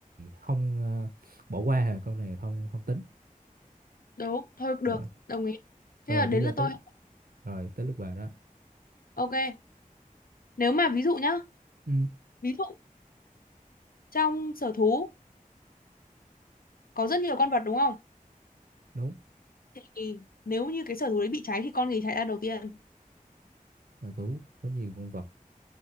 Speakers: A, on the right (about 85°); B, on the left (about 80°).
A: không à, bỏ qua hả câu này không không tính
B: Đúng, thôi được,
A: rồi
B: đồng ý. Thế
A: rồi
B: là đến
A: bây giờ
B: lượt
A: tới
B: tôi.
A: rồi tới lượt bà đó
B: Ok, nếu mà ví dụ nhá,
A: ừ,
B: ví dụ trong sở thú có rất nhiều con vật đúng không?
A: đúng
B: Thì nếu như cái sở thú đấy bị cháy thì con gì chạy ra đầu tiên?
A: là thú có nhiều con vật